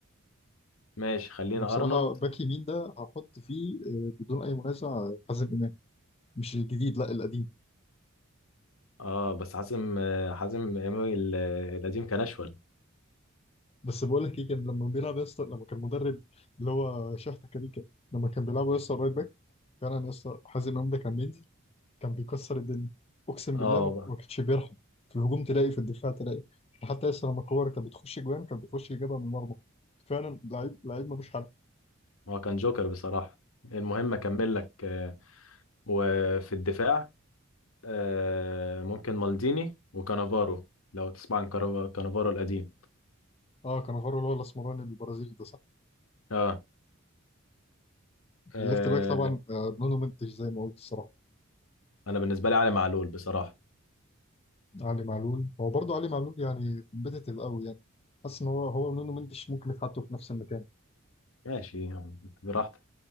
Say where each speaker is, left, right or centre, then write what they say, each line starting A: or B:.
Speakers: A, on the left (about 80°); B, on the left (about 30°).
A: ماشي خلينا
B: انا بصراحة
A: ارنولد
B: باك يمين ده هحط فيه آه، بدون اي منازع آه، حازم امام مش الجديد لا القديم
A: اه بس حازم آه، حازم امام ال- القديم كان اشول
B: بس بقول لك ايه كان لما بيلعب يا اسطى لما كان مدرب اللي هو شحتة كاريكا لما كان بيلعب يا اسطى الرايت باك فعلا يا اسطى حازم امام ده كان بينزل كان بيكسر الدنيا اقسم
A: اه
B: بالله ما ما كانش بيرحم في الهجوم تلاقي في الدفاع تلاقي حتى لسه لما كوره كانت بتخش جوان كان بيخش يجيبها من المرمى فعلا لعيب لعيب ملوش حل
A: هو كان جوكر بصراحه المهم اكمل لك آه، وفي الدفاع آه، ممكن مالديني وكانافارو لو تسمع عن كارا- كانافارو القديم
B: اه كانافارو اللي هو الاسمراني البرازيلي ده صح
A: اه آه،
B: الليفت باك طبعا آه، نونو منتش زي ما قلت الصراحه
A: انا بالنسبه لي علي معلول بصراحه
B: علي معلول هو برضه علي معلول يعني كومبيتيتيف قوي يعني حاسس ان هو هو نونو منتش ممكن يتحطوا في نفس المكان
A: ماشي براحتك